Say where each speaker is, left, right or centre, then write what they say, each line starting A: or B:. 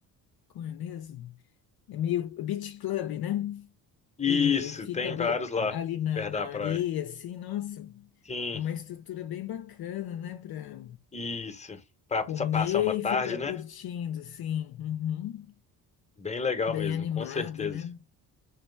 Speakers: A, on the left; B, on the left.
A: como é mesmo? É meio beach club, né?
B: Isso,
A: Que fica
B: tem
A: be-
B: vários lá,
A: ali na,
B: perto
A: na
B: da praia.
A: areia, assim, nossa,
B: Sim,
A: é uma estrutura bem bacana, né? Para
B: isso. Pra
A: comer
B: pa- passar uma tarde,
A: e ficar
B: né?
A: curtindo, assim, uhum.
B: Bem legal
A: Bem
B: mesmo,
A: animado,
B: com certeza.
A: né?